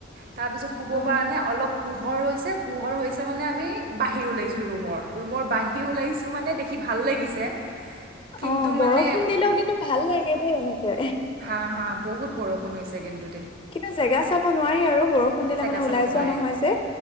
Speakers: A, on the right; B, on the left.
A: তাৰপিছত শুব
B: অ'
A: পৰা নাই অলপ পোহৰ হৈছে পোহৰ হৈছে মানে আমি বাঁহিৰ ওলাইছোঁ ৰুমৰ ৰুমৰ বাহিৰ ওলাইছোঁ মানে দেখি ভাল লাগিছে। কিন্তু
B: অ
A: মানে
B: বৰষুণ দিলেও কিন্তু ভাল লাগে দেই এনেকে
A: হা হা বহুত বৰষুণ হৈছে গেণ্টো
B: কিন্তু জেগা চাব নোৱাৰি আৰু বৰষুণ দিলে
A: জেগা
B: মানে
A: চাব
B: ওলাই
A: নোৱাৰে
B: যোৱা নহয় যে,